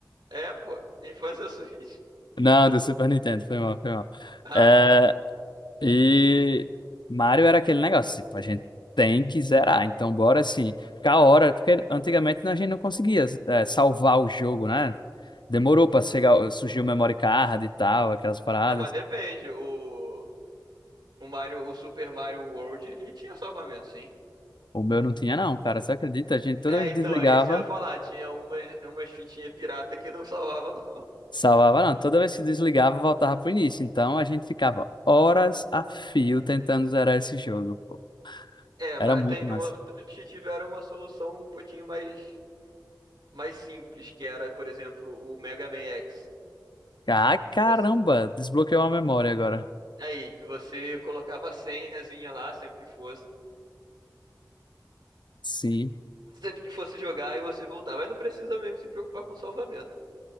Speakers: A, on the right; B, on the left.
A: É, pô. Infância Switch. <laughs>
B: Não, do Super Nintendo, foi mal, foi mal.
A: Ah,
B: É,
A: pá.
B: e Mario era aquele negócio, tipo, a gente tem que zerar, então bora assim, ficar a hora, porque antigamente a gente não conseguia é, salvar o jogo, né? Demorou pra chegar, surgiu o memory card e tal, aquelas paradas.
A: não, mas depende. O, o Mario, o Super Mario World, ele tinha salvamento, sim.
B: O meu não tinha não, cara, você acredita? A gente toda
A: É,
B: vez que
A: então,
B: desligava,
A: é isso que eu ia falar. Tinha umas, umas fitinhas pirata que não salvava, não.
B: salvava não, toda vez que desligava voltava pro início, então a gente ficava horas a fio tentando zerar esse jogo, pô.
A: É,
B: Era
A: mas
B: muito
A: tem
B: massa.
A: outros que tiveram uma solução um pouquinho mais, mais simples, que era, por exemplo, o Mega Man X.
B: Ah, caramba,
A: que você-
B: desbloqueou a memória agora.
A: aí, que você colocava a senhazinha lá, sempre que fosse,
B: Sim,
A: sempre que fosse jogar e você voltava. Aí não precisa mesmo se preocupar com o salvamento.